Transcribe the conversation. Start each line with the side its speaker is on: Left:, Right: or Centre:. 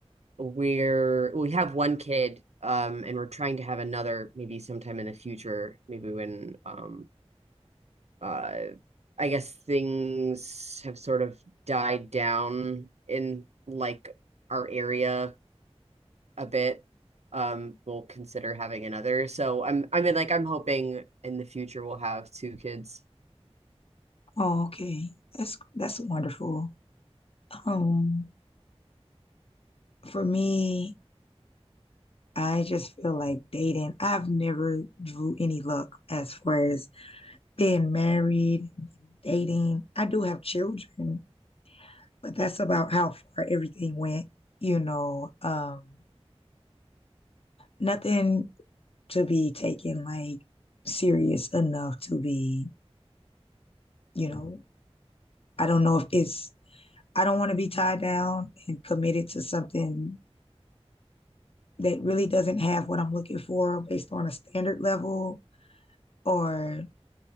Right: we're we have one kid, um, and we're trying to have another maybe sometime in the future, maybe when um uh I guess things have sort of died down in like our area a bit. Um, we'll consider having another. So I'm, I mean, like I'm hoping in the future we'll have two kids.
Left: Oh, okay. That's that's wonderful. Um, for me, I just feel like dating. I've never drew any luck as far as being married, dating. I do have children, But that's about how far everything went. You know, um, nothing to be taken like serious enough to be, you know, I don't know if it's, I don't want to be tied down and committed to something that really doesn't have what I'm looking for based on a standard level, or